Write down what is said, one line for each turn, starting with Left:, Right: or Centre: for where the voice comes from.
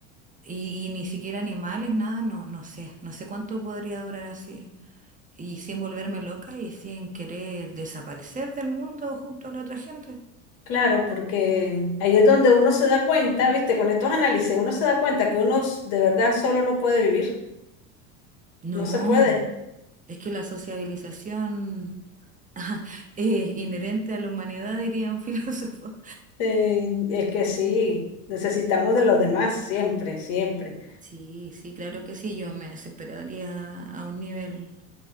Right: y, y ni siquiera animales, nada, no, no sé, no sé cuánto podría durar así y sin volverme loca y sin querer desaparecer del mundo junto a la otra gente.
Left: Claro, porque ahí es donde uno se da cuenta, ¿viste? Con estos análisis uno se da cuenta que uno s- de verdad solo no puede vivir,
Right: No,
Left: no se puede.
Right: es que la sociabilización <laughs> es inherente a la humanidad, diría un <laughs> filósofo.
Left: Eh, es que sí,
Right: Sí,
Left: necesitamos de los demás siempre, siempre.
Right: sí, sí, claro que sí, yo me desesperaría a un nivel.